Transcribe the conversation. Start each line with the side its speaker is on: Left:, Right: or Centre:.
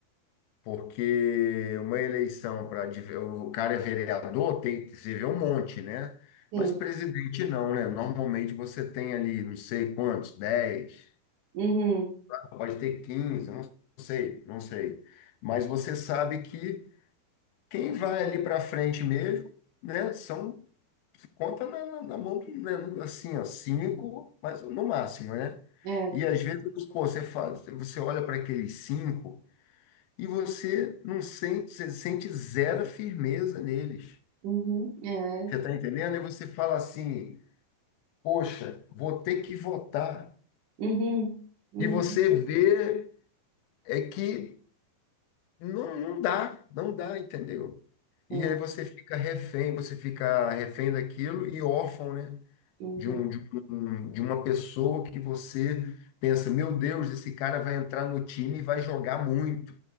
Left: porque uma eleição para o cara é vereador, tem que se vê um monte, né?
Right: sim.
Left: Mas presidente não, né? Normalmente você tem ali, não sei quantos, 10,
Right: Uhum,
Left: pode ter 15, não sei, não sei. Mas você sabe que quem vai ali para frente mesmo, né, são se conta na, na- na mão, do- né, no- assim, ó, cinco, mas no máximo, né?
Right: é.
Left: E às vezes, pô, você fala, você olha para aqueles cinco e você não sente, você sente zero firmeza neles.
Right: Uhum, é.
Left: Você está entendendo? E você fala assim, poxa, vou ter que votar.
Right: Uhum, uhum,
Left: E você vê é que não, não dá, não dá, entendeu? E
Right: é.
Left: aí você fica refém, você fica refém daquilo e órfão, né?
Right: Uhum.
Left: De um, de um- de uma pessoa que você pensa, meu Deus, esse cara vai entrar no time e vai jogar muito.